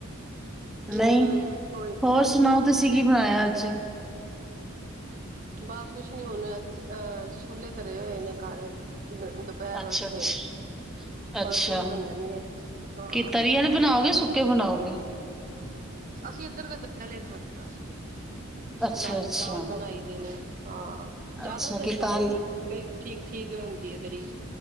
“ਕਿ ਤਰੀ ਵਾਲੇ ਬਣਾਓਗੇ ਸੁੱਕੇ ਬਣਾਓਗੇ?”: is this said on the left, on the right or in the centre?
Centre